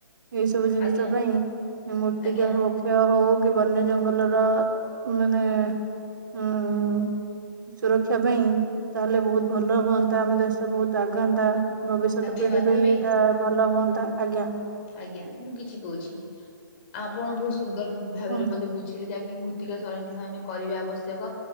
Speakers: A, on the right (about 60°); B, on the left (about 35°).
A: ଏଇ ସବୁ ଜିନିଷ
B: ଆଜ୍ଞା
A: ପାଇଁ ମୃତ୍ତିକା
B: ଆଜ୍ଞା
A: ହୋ କ୍ଷୟ ହଉ କି ବନ୍ୟ ଜଙ୍ଗଲର ମାନେ ଉଁ ହୁଁ। ସୁରକ୍ଷା ପାଇଁ ତାହେଲେ ବହୁତ ଭଲ ହୁଅନ୍ତା ଆମ ଦେଶ ବହୁତ ଆଗନ୍ତା। ଭବିଷ୍ୟତ
B: ଆଜ୍ଞା
A: ପିଢି
B: ବାନ୍ଧବୀ
A: ପାଇଁ ଏଇଟା ଭଲ ହୁଅନ୍ତା ଆଜ୍ଞା।
B: ଆଜ୍ଞା ମୁଁ କିଛି କହୁଛି ଆପଣ ବହୁତ ସୁନ୍ଦର ଭାବରେ
A: କୁହନ୍ତୁ
B: ମତେ ବୁଝି ଯାଇକି ମୃତ୍ତିକା ସଂରକ୍ଷଣ ଆମେ କରିବା ଆବଶ୍ୟକ